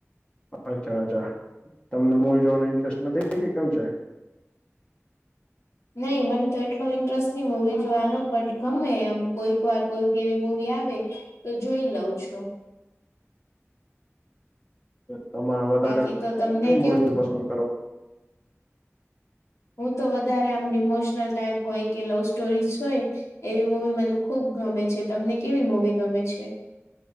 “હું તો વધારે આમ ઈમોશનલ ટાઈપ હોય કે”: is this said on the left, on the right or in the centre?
Left